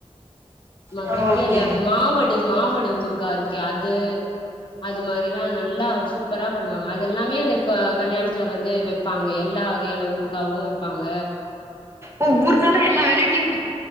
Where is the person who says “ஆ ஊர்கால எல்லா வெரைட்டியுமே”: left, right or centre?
Right